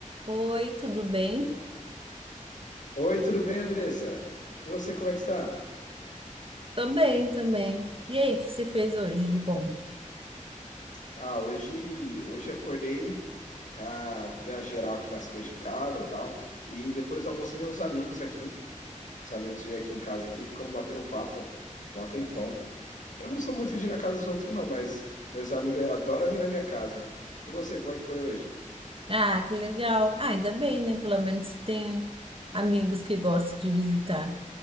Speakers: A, on the right; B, on the left.
A: Oi, tudo bem?
B: Oi, tudo bem, Andressa? E você, como é que está?
A: Tô bem também. E aí, o que você fez hoje de bom?
B: Ah, hoje, hoje acordei, ah, dei uma geral aqui nas coisas de casa e tal. E depois do almoço veio os amigos aqui. Os amigos vieram aqui em casa aqui, ficamos batendo um papo, mó tempão. Eu não sou muito de ir na casa dos outros, não, mas meus amigos adoram vir na minha casa. E você, como é que foi hoje?
A: Ah, que legal. Ah, ainda bem, né? Pelo menos você tem amigos que gostam de visitar.